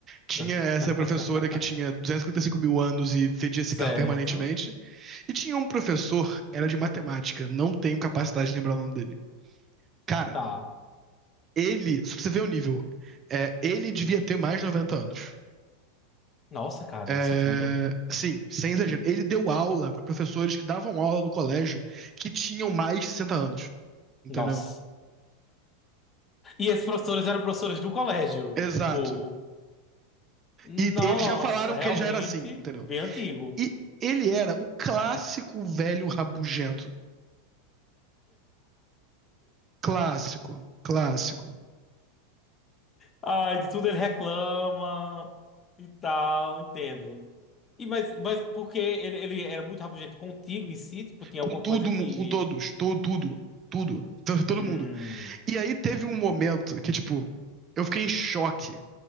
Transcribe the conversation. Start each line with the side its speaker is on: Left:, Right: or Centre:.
Right: Tinha
Left: <laughs>
Right: essa professora que tinha duzentos e cinquenta e cinco mil anos e fedia cigarro
Left: Certo.
Right: permanentemente. E tinha um professor, era de matemática, não tenho capacidade de lembrar o nome dele. Cara,
Left: Tá.
Right: ele, se você ver o nível, é, ele devia ter mais de 90 anos.
Left: Nossa, cara,
Right: É,
Left: isso tudo.
Right: sim, sem exagero. Ele deu aula pra professores que davam aula no colégio que tinham mais de 60 anos, entendeu?
Left: Nossa. E esses professores eram professores do colégio.
Right: Exato.
Left: Tipo, nossa,
Right: E eles já falaram
Left: realmente
Right: que ele já era assim, entendeu?
Left: bem antigo.
Right: E ele era o clássico velho rabugento. Clássico, clássico.
Left: Ai, de tudo ele reclama e tal, entendo. E mas, mas porque ele, ele era muito rabugento contigo em si, tipo, tinha
Right: Com
Left: alguma
Right: tudo,
Left: coisa que.
Right: com todos, to, tudo, tudo, to- todo
Left: Hum.
Right: mundo. E aí teve um momento que, tipo, eu fiquei em choque.